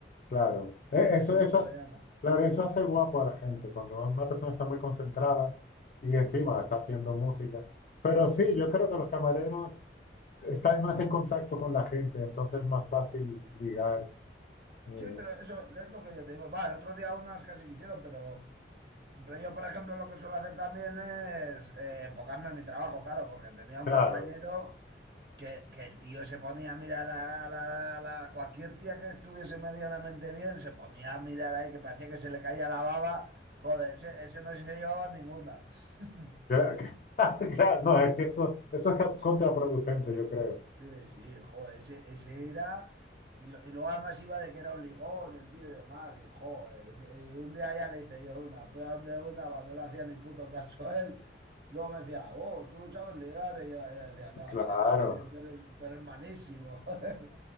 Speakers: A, on the left; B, on the right.
A: Claro, e- eso,
B: eso
A: eso,
B: siempre
A: hace-
B: llama.
A: claro, eso hace guapo a la gente cuando una persona está muy concentrada y
B: Mm,
A: encima está haciendo música. Pero
B: mm.
A: sí, yo creo que los camareros estás más en contacto con la gente, entonces es más fácil ligar. eh,
B: Sí, pero eso es lo que yo te digo. Va, el otro día unas casi quisieron, pero, pero yo, por ejemplo, lo que suelo hacer también es eh, enfocarme en mi trabajo, claro, porque tenía un
A: claro.
B: compañero que, que el tío se ponía a mirar a, a la, a la- cualquier tía que estuviese medianamente bien, se ponía a mirar ahí, que parecía que se le caía la baba. Joder, ese, ese no se llevaba ninguna. <laughs>
A: Claro, que- <laughs> claro, no, es que eso, eso es ca- contraproducente,
B: Jo.
A: yo creo.
B: Sí, sí, joder, ese, ese era. Y lo- y luego además iba de que era un lijón, el tío y demás, y joder. y- y un día ya le hice yo una, fui a donde una cuando no le hacía ni puto caso a él. Luego me decía, oh, tú sabes ligar. Y yo, y yo decía, no,
A: Claro,
B: lo que pasa es que tú eres, tú eres malísimo, <laughs> joder.